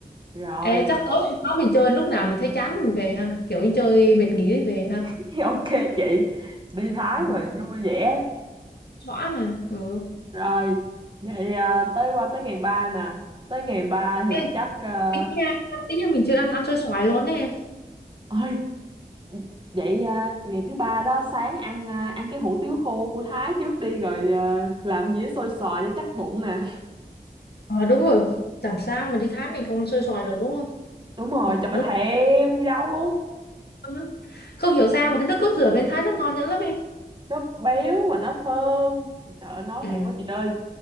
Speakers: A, on the right (about 30°); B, on the left (about 85°).
A: rồi
B: ê, chắc tối hôm đó mình chơi lúc nào mình thấy chán mình về ha kiểu mình chơi mệt nghỉ thì về ha
A: <laughs> ok chị đi Thái
B: ừ.
A: mà vui vẻ
B: xóa mà ừ.
A: rồi vậy à, tới qua tới ngày ba nè tới ngày ba thì
B: Ê,
A: chắc à,
B: tính nha tính nha mình chưa ăn ăn xôi xoài luôn đấy em
A: ơi vậy à, ngày thứ ba đó sáng ăn à, ăn cái hủ tiếu khô của Thái trước đi rồi à, làm dĩa xôi xoài cho chắc bụng nè
B: ờ đúng rồi làm sao mà đi Thái mình không ăn xôi xoài được đúng không
A: đúng rồi trời
B: đúng
A: thèm gì đâu luôn
B: ngon lắm. không hiểu sao mà cái nước cốt dừa bên Thái nó ngon nữa lắm em
A: nó béo mà nó thơm trời ơi, nói
B: ừ
A: thèm quá chị ơi